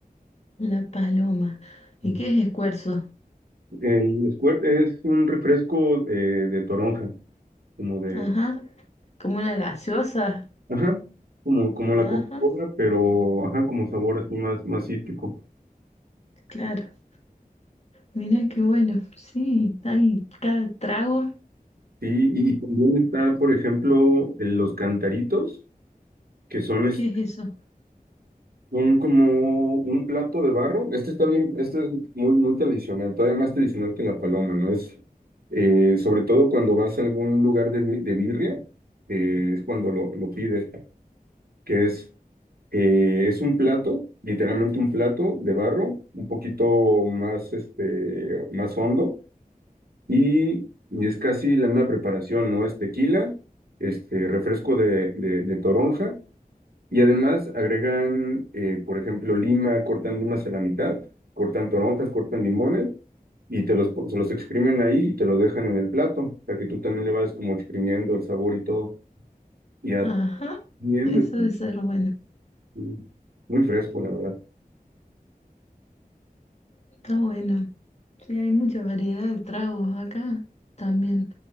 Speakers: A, on the left; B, on the right.
A: la paloma. ¿Y
B: Ujú.
A: qué es escuerzo?
B: El Squirt es un refresco eh, de toronja. como de,
A: Ajá, como una gaseosa.
B: ajá, como, como la
A: Ajá,
B: Coca-Cola, pero, ajá, como sabor así más, más cítrico.
A: claro. Mira qué bueno, sí, hay cada trago,
B: Sí, y, también está, por ejemplo, el- los cantaritos, que son, es-
A: ¿qué es eso?
B: son como un plato de barro. Este está bien, este es muy, muy tradicional, todavía más tradicional que la paloma, ¿no? Es, eh, sobre todo cuando vas a algún lugar de, bi- de birria, eh, es cuando lo, lo pides, que es Eh, es un plato, literalmente un plato de barro, un poquito más, este, más hondo y, y es casi la misma preparación, ¿no? Es tequila, este, refresco de, de, de toronja y además agregan, eh, por ejemplo, lima, cortan limas a la mitad, cortan toronjas, cortan limones y te los, pon- se los exprimen ahí y te los dejan en el plato para que tú también le vayas como exprimiendo el sabor y todo y
A: Ajá,
B: atendiendo
A: eso
B: y,
A: debe ser bueno,
B: y muy fresco, la verdad.
A: está bueno. Sí, hay mucha variedad de tragos acá también,